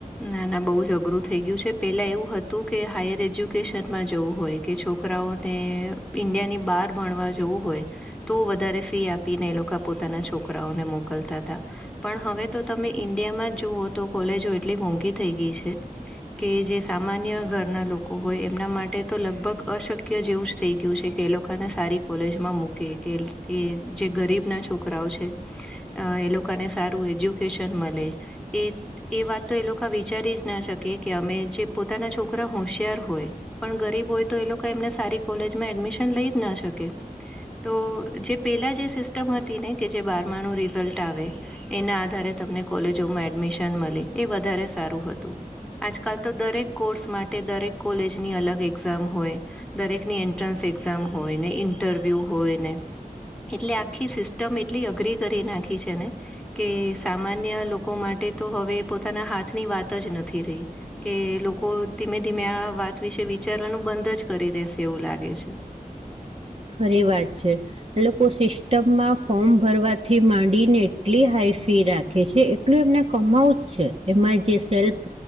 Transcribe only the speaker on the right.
ખરી વાત છે એ લોકો સિસ્ટમમાં ફોર્મ ભરવાથી માંડી ને એટલી હાઈ ફી રાખે છે એટલું એમને કમાવું જ છે, એમાં જે સેલ્ફ